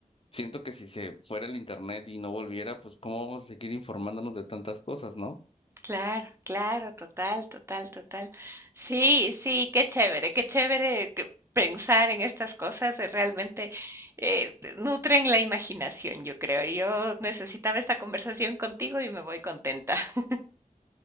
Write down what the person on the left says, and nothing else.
siento que si se fuera el internet y no volviera, pues ¿cómo vamos a seguir informándonos de tantas cosas, ¿no?